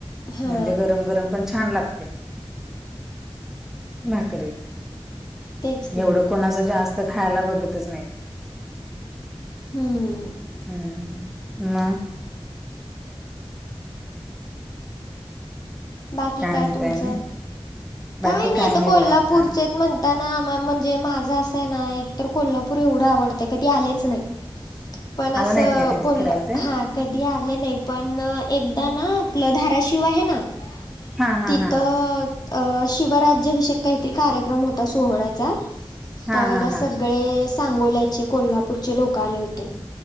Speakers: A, on the left; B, in the centre.
A: हा
B: म्हणजे गरम गरम पण छान लागते. भाकरी
A: तेच की
B: एवढं- कोण असं जास्त खायला बघतच नाही.
A: हम्म हम्म
B: हम् नाही.
A: बाकी काय
B: म्हणताय
A: तुमचं,
B: आणि बाकी
A: काय नाही आता कोल्हापूरचे
B: बघा आता
A: म्हण- म्हणजे माझं असं आहे ना, एक तर कोल्हापूर एवढं आवडतंय कधी आलेच नाही. पण असं
B: आला नाहीत काय कधी
A: कोल्हा
B: फिरायला ते
A: हा कधी आले नाही. पण एकदा ना आपलं धाराशिव आहे ना-
B: हा हा
A: तिथं
B: हा
A: शिवराज्याभिषयक काहीतरी कार्यक्रम होता सोहळ्याचा
B: हा
A: त्यावेळेला
B: हा
A: संध्या.
B: हा
A: सगळे सांगोल्याचे कोल्हापूरचे लोक आले होते.